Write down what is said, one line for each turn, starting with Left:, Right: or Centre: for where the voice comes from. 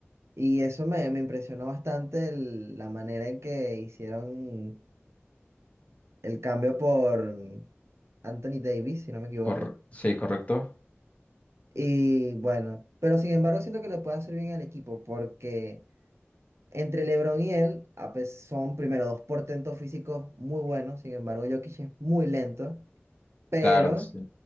Right: Y eso me, me impresionó bastante el- la manera en que hicieron el cambio por mm, Anthony Davis, si no me equivoco.
Left: cor- sí, correcto.
Right: Y bueno, pero sin embargo siento que le puede hacer bien al equipo porque entre LeBron y él a pes- son primero dos portentos físicos muy buenos, sin embargo Jokic es muy lento, pero
Left: Claro, sí.